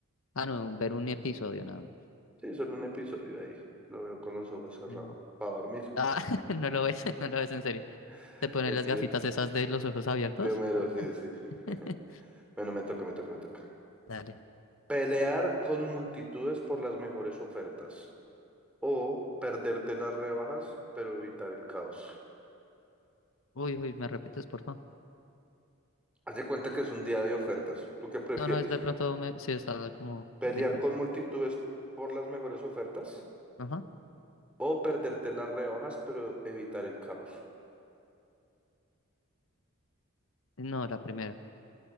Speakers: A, on the left (about 65°); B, in the centre.
A: Ah, no, ver un episodio nada más.
B: Sí, solo un episodio ahí. Lo veo con los ojos cerrados.
A: Sí.
B: Para dormir.
A: Ah, <laughs> no lo ves, <laughs> no lo ves en serio.
B: <laughs>
A: ¿Te pones
B: Mentira.
A: las gafitas esas de los ojos abiertos?
B: De Homero, sí, sí.
A: <laughs>
B: <laughs> Bueno, me toca, me toca, me toca.
A: Dale.
B: Pelear con multitudes por las mejores ofertas. o perderte las rebajas, pero evitar el caos.
A: Uy, uy, ¿me repites, por favor?
B: Haz de cuenta que es un día de ofertas. ¿Tú qué prefieres?
A: No, no, es de pronto, me... sí, estaba como...
B: ¿Pelear
A: di- eh,
B: con multitudes por las mejores ofertas
A: Ajá.
B: o perderte las rebajas, pero evitar el caos?
A: No, la primera.